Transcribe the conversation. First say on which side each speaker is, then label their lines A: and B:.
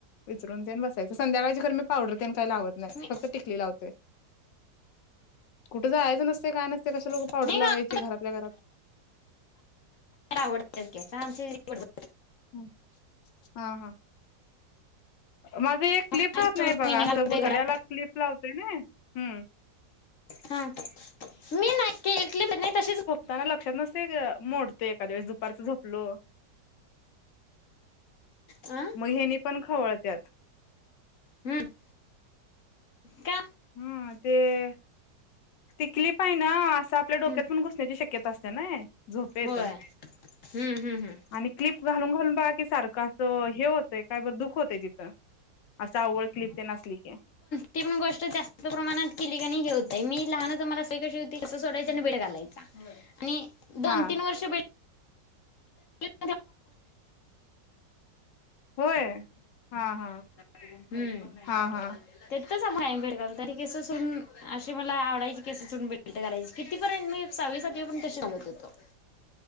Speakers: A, on the left; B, on the left.
A: विचरून तेन बसायच. संध्याकाळच खर मी पावडर तेन काय लावत नाय
B: मी
A: फक्त टिकली लावतोय. कुठ जायाच नसतंय काय नसतंय कशाला उगं
B: नाही
A: पावडर
B: घालायला
A: लावायची घरातल्या घरात.
B: आवडत्याल की <unintelligible>
A: हम्म, हा हा. माझं एक क्लिप
B: खाली
A: राहत
B: सोडून
A: नाय बघा
B: वेणी घालतोय
A: असं बुचड्याला
B: घरात
A: क्लिप लावतुय नाय हम्म
B: हा मी नाय ती क्लिप तशीच
A: ताना लक्षात नसतय ग मोडतोय एकाद्या वेळेस दुपारच झोपलो.
B: अं
A: मग हेनी पण खवळत्यात.
B: हम्म <unintelligible> का
A: हम ते टिकली पाहि ना असं आपल्या डोक्यात
B: हम्म
A: पण घुस <unintelligible> त्यची शक्यता असत्या नाय झोपेत
B: होय
A: आणि
B: हम्म हम्म हम्म
A: क्लिप घालून घालून बघा की सारखं असं हे होतंय काय बरं दुख होतय तिथं असं आव्वळ क्लिप तेन असली की
B: ती पण गोष्ट जास्त प्रमाणात केली नाही हे होतय मी लहानं मला सवय कशी होती केस सोडायची आणि वीडा घालायचा आणि दोन
A: हा
B: तीन वर्ष <unintelligible> <unintelligible> <unintelligible>
A: होय हा हा
B: हम्म
A: हा
B: <unintelligible>
A: हा
B: ते <unintelligible> आहे अ <unintelligible> तर ह केस सडून अशी मला आवायची केस सोडुन <unintelligible> किती पर्यंत मी सहावी सातवीपर्यंत तशिच घालत होतो